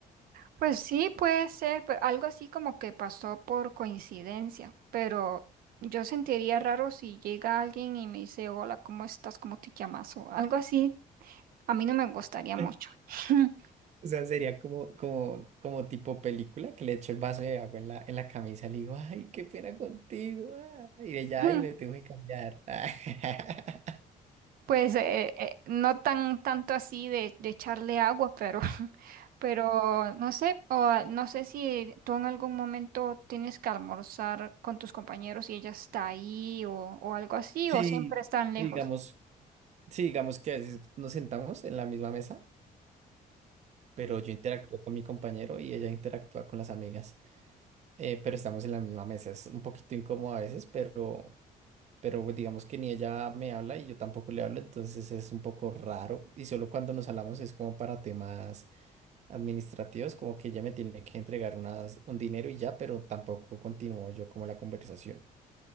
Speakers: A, on the right (about 80°); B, on the right (about 50°).
A: pues sí, puede ser, pe- algo así como que pasó por coincidencia, pero yo sentiría raro si llega alguien y me dice, hola, ¿cómo estás? ¿Cómo te llamas? o algo así, a mí no me gustaría mucho.
B: <laughs>
A: <laughs>
B: O sea, sería como, como, como tipo película que le echo el vaso de agua en la, en la camisa y le digo, ay, qué pena contigo. ah". Y ella,
A: <laughs>
B: ay, me tengo que cambiar. <laughs>
A: Pues eh, eh, no tan tanto así de, de echarle agua, pero, <laughs> pero no sé, o ah, no sé si tú en algún momento tienes que almorzar con tus compañeros y ella está ahí o, o algo así,
B: Sí,
A: o siempre están lejos.
B: Sí, digamos, sí, digamos que a veces nos sentamos en la misma mesa, pero yo interactúo con mi compañero y ella interactúa con las amigas, eh, pero estamos en la misma mesa. Es un poquito incómodo a veces, pero, pero pues, digamos que ni ella me habla y yo tampoco le hablo, entonces es un poco raro. Y solo cuando nos hablamos es como para temas. administrativos, como que ella me tiene que entregar unas, un dinero y ya, pero tampoco continuó yo como la conversación.